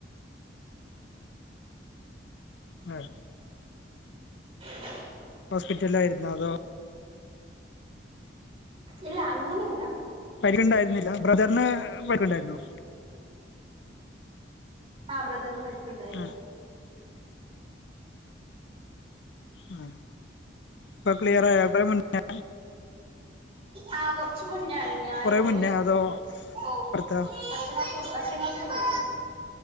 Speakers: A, on the left; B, on the right.
A: ആഹ്
B: <inaudible>
A: ഹോസ്പിറ്റലായിരുന്നോ അതോ?
B: ഇല്ല അങ്ങനെല്ല
A: പരിക്കണ്ടായിരുന്നില്ല ബ്രദർന് പരിക്ക്ണ്ടായിരുന്നോ?
B: ആഹ് ബ്രദർന്ന് പരി ക്ക്ണ്ടായിരുന്നു
A: ആഹ് ആഹ് പ്പക്ലിയർ ആയോ കൊറേ മുന്നേ
B: ആഹ് കൊർച്ച് മു ന്നെണ് ഞാനൊര്
A: കൊറേ അതോ
B: ഓഹ്
A: ഇപ്പടുത്താ
B: വർഷങ്ങൾക്ക് മു വർഷങ്ങൾക്ക് മുന്നെ